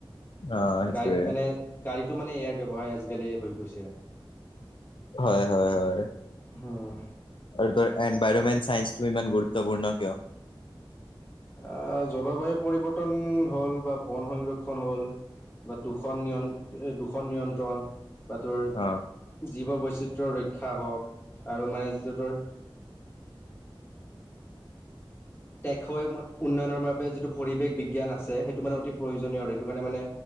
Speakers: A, on the left; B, on the left.
A: অ
B: গাড়ী
A: সেইটোয়ে
B: মানে গাড়ীটো মানে ইয়াৰ ব্যৱসায় আজিকালি হৈ গৈছে।
A: হয়, হয়, হয়।
B: হোম
A: আৰু ত এনভাইৰমেণ্ট চাইন্ঞ্চটো ইমান গুৰুত্বপূৰ্ণ কিয়?
B: আহ জলবায়ু পৰিৱৰ্তন হ'ল, বা বন সংৰক্ষণ হ'ল, বা দুখন দুখন নিয়ন্ত্ৰণ, বা তোৰ
A: অ
B: জীৱ বৈচিত্ৰ ৰক্ষা হওক আৰু মানে য'তৰ টেখৈ উন্নয়নৰ বাবে যিটো পৰিৱেশ বিজ্ঞান আছে। সেই তটো মানে অতি প্ৰয়োজনীয় আৰু সেইটো কাৰণে মানে